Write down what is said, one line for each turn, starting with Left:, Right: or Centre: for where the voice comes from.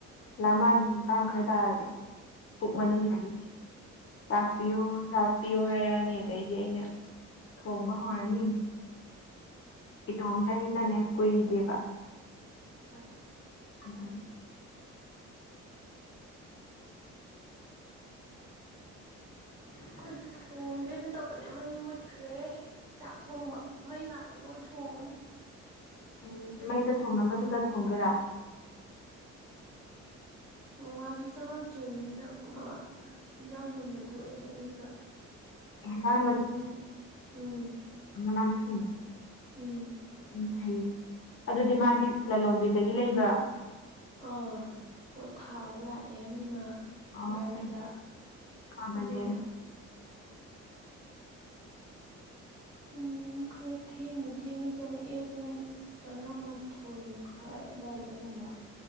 Left: ꯂꯃꯅꯤ ꯅꯤꯄꯟꯃꯈꯥꯏꯇꯥꯔꯗꯤ ꯄꯨꯛ
Right: ꯎꯝ
Left: ꯃꯅꯨꯡꯗꯒꯤ ꯆꯥꯛꯄꯤꯌꯣ ꯆꯥꯛꯄꯤꯌꯣ ꯍꯥꯏꯔꯛꯑꯅꯤ ꯑꯗꯩꯗꯤ ꯑꯩꯅ ꯊꯣꯡꯕ ꯍꯧꯔꯅꯤ ꯏꯇꯣꯝꯇꯅꯤꯅꯅꯦ ꯀꯨꯏꯗꯦꯕ
Right: ꯍꯣꯏ
Left: ꯑꯗꯨ
Right: ꯑꯩꯈꯣꯏꯁꯨ ꯊꯣꯡꯒꯦꯅ ꯇꯧꯕꯅꯦ ꯃꯩ ꯃꯨꯠꯈ꯭ꯔꯦ ꯆꯥꯛ ꯊꯣꯡꯕ ꯃꯩ ꯂꯥꯛꯑꯒ ꯑꯣꯏꯅ ꯊꯣꯡꯉꯅꯤ
Left: ꯎꯝ ꯃꯩꯗ ꯊꯣꯡꯅꯕꯗꯨꯗ ꯊꯣꯡꯗꯣꯏꯔꯥ <inaudible>
Right: ꯎ ꯃꯥꯁꯨ ꯆꯪꯉꯛꯇ꯭ꯔꯤꯕꯅꯤꯅ ꯃꯥ ꯏꯟꯖꯥꯡ ꯌꯣꯟꯕ ꯊꯣꯛꯑꯦꯕ ꯑꯌꯨꯛꯇ
Left: ꯍꯦꯟꯖꯥꯡ
Right: ꯅꯨꯡꯊꯤꯟ ꯎꯝ
Left: ꯃꯥꯅꯦ ꯃꯁꯤꯡ
Right: ꯎꯝ
Left: ꯎꯝ ꯐꯩꯌꯦ ꯑꯗꯨꯗꯤ ꯃꯥꯗꯤ ꯂꯂꯣꯟꯕꯤꯗꯒꯤ ꯂꯩꯕ꯭ꯔꫭ
Right: ꯑꯥ ꯄꯣꯠ ꯊꯥꯕ ꯂꯥꯛꯑꯦ ꯃꯤꯅ
Left: ꯑꯣ
Right: ꯒꯥꯔꯤꯗ
Left: ꯐꯩ ꯐꯩ ꯐꯕꯅꯦ
Right: ꯑꯗꯨꯒ
Left: ꯑꯗꫭ
Right: ꯄꯨꯡ ꯈꯔ ꯊꯦꯡꯅ ꯊꯦꯡꯅ ꯆꯪꯉꯛꯑꯦ ꯄꯨꯡ ꯇꯔꯥꯃꯥꯊꯣꯏ ꯃꯈꯥꯏ ꯑꯗꯥꯏꯗꯒꯨꯝꯕ